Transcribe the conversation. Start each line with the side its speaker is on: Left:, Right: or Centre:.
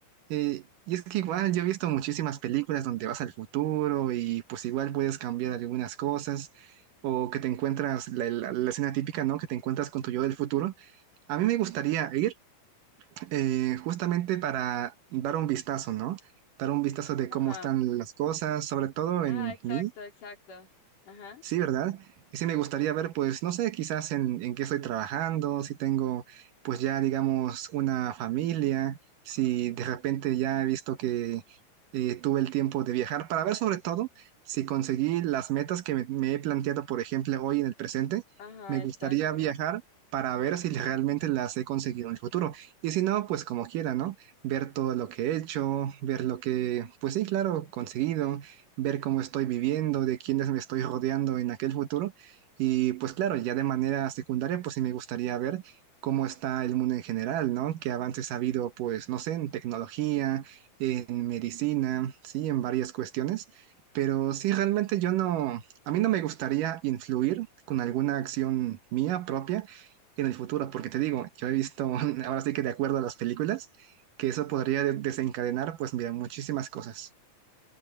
Right: Eh, y es que igual yo he visto muchísimas películas donde vas al futuro y pues igual puedes cambiar algunas cosas o que te encuentras la, la- la escena típica, ¿no? Que te encuentras con tu yo del futuro. A mí me gustaría ir eh, justamente para dar un vistazo, ¿no? Dar un vistazo de
Left: Ajá,
Right: cómo están las cosas, sobre todo
Left: ajá,
Right: en
Left: exacto,
Right: mí
Left: exacto. Ajá,
Right: Sí, ¿verdad? Y sí me gustaría ver, pues, no sé, quizás en, en qué estoy trabajando, si tengo, pues ya, digamos, una familia, si de repente ya he visto que eh, tuve el tiempo de viajar, para ver sobre todo si conseguí las metas que me, me he planteado, por ejemplo, hoy en el presente,
Left: ajá,
Right: me gustaría
Left: exacto.
Right: viajar para ver si <laughs> realmente las he conseguido en el futuro. Y si no, pues como quiera, ¿no? Ver todo lo que he hecho, ver lo que, pues sí, claro, conseguido ver cómo estoy viviendo, de quiénes me estoy rodeando en aquel futuro. Y pues claro, ya de manera secundaria, pues sí me gustaría ver cómo está el mundo en general, ¿no? Qué avances ha habido, pues, no sé, en tecnología, en medicina, sí, en varias cuestiones. Pero sí, realmente yo no, a mí no me gustaría influir con alguna acción mía propia en el futuro, porque te digo, yo he visto, <laughs> ahora sí que de acuerdo a las películas, que eso podría de- desencadenar, pues, mira, muchísimas cosas.